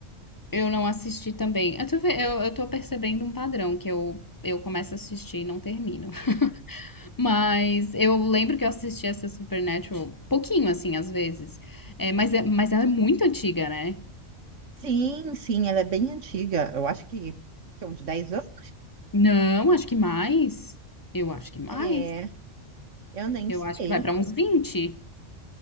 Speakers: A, on the left (about 25°); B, on the right (about 70°).
A: eu não assisti também. Eu tô, ve- eu, eu tô percebendo um padrão que eu, eu começo a assistir e não termino. <laughs> Mas eu lembro que eu assisti essa Supernatural pouquinho, assim, às vezes. É, mas, é, mas ela é muito antiga, né?
B: Sim, sim, ela é bem antiga. Eu acho que, que é uns 10 anos.
A: Não, acho que mais. Eu acho que mais.
B: É, eu nem
A: Eu
B: sei.
A: acho que vai pra uns 20.